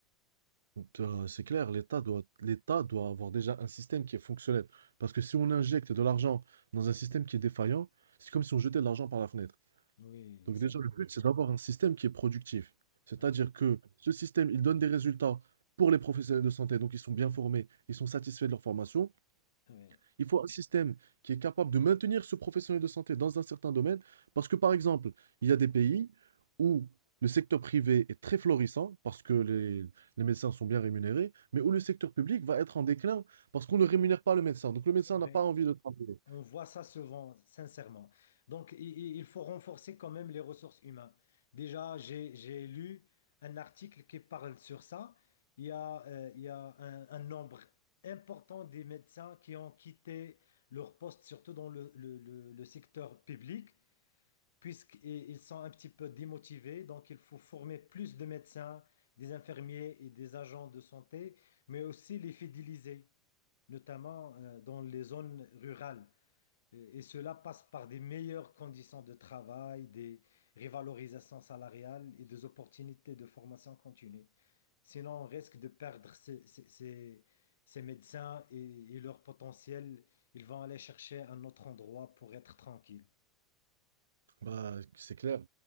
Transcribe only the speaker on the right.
Donc, euh, c'est clair, l'État doit, l'État doit avoir déjà un système qui est fonctionnel. Parce que si on injecte de l'argent dans un système qui est défaillant, c'est comme si on jetait de l'argent par la fenêtre.
Donc
déjà,
le but, c'est d'avoir un système qui est productif. C'est-à-dire
que ce système, il donne des résultats pour les professionnels de santé, donc ils sont bien formés, ils sont satisfaits de leur formation,
il faut un système qui est capable de maintenir ce professionnel de santé dans un certain domaine, parce que par exemple, il y a des pays où le secteur privé est très florissant, parce que les, les médecins sont bien rémunérés, mais où le secteur public va être en déclin, parce qu'on ne rémunère pas le médecin. Donc le médecin
n'a pas envie de travailler.
Bah, c'est clair.